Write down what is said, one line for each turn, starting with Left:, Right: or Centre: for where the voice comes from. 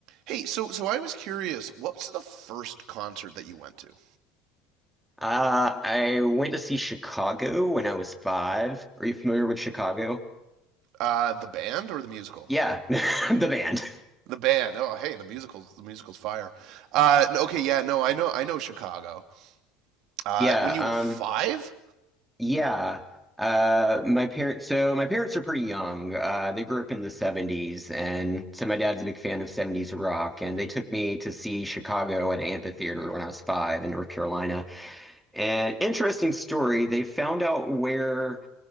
Right: Hey, so so I was curious, what's the first concert that you went to?
Centre: Uh, I went to see Chicago when I was five. Are you familiar with Chicago?
Right: Uh, the band or the musical?
Centre: Yeah, <laughs> the band.
Right: The band. Oh, hey, the musical's the musical's fire. Uh, n- okay, yeah, no, I know, I know Chicago. Uh,
Centre: Yeah,
Right: when you
Centre: um,
Right: were five?
Centre: yeah. Uh, my parents, so my parents are pretty young. Uh, they grew up in the 70s, and so my dad's a big fan of 70s rock, and they took me to see Chicago at Amphitheater when I was five in North Carolina. And interesting story, they found out where